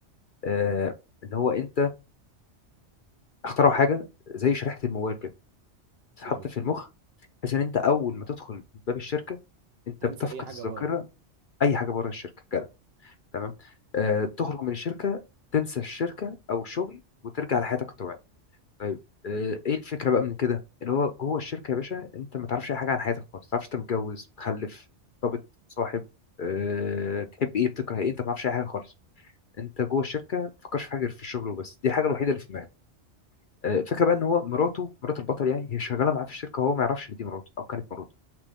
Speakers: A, on the left; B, on the right.
A: آه ان هو انت اخترعوا حاجه زي شريحه الموبايل كده تتحط
B: ايوه
A: في المخ بحيث ان انت اول ما تدخل من باب الشركه انت
B: تنسى
A: بتفقد
B: اي حاجه
A: الذاكره
B: بره
A: اي حاجه بره الشركه كده تمام آه تخرج من الشركه تنسى الشركه او الشغل وترجع لحياتك الطبيعيه طيب آه، ايه الفكره بقى من كده اللي هو جوه الشركه يا باشا انت ما تعرفش اي حاجه عن حياتك خالص ما تعرفش انت متجوز مخلف مرتبط صاحب أه بتحب ايه بتكره ايه انت ما تعرفش اي حاجه خالص انت جوه الشركه ما تفكرش في حاجه غير في الشغل وبس دي الحاجه الوحيده اللي في دماغك أه الفكره بقى ان هو مراته مرات البطل يعني هي شغاله معاه في الشركه وهو ما يعرفش ان دي مراته او كانت مراته